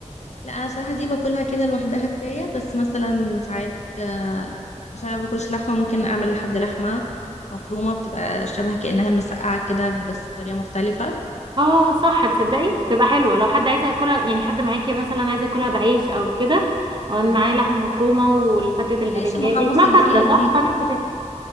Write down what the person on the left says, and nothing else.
لا انا صراحه دي باكلها كده لوحدها كفايه بس مثلا ساعات آه، عشان انا باكلش لحمه ممكن اعمل لحد لحمه مفرومه بتبقى شبه كانها المسقعه كده بس طريقه مختلفه
اه
هي العيش المحمص
اللي فيها
دي